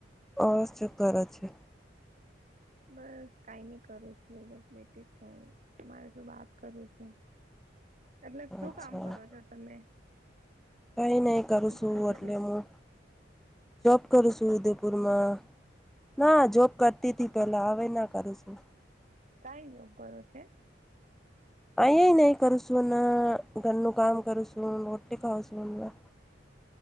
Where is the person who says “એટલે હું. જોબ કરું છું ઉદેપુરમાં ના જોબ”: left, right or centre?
Centre